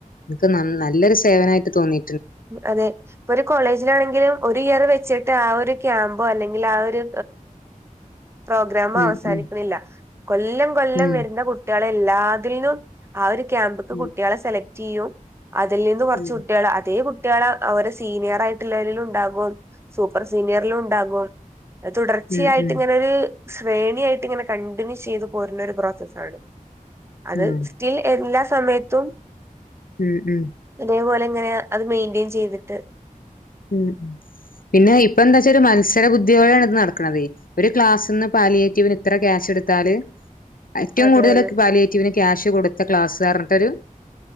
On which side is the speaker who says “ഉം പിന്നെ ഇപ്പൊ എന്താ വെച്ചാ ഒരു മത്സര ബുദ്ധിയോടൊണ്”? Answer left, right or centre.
Left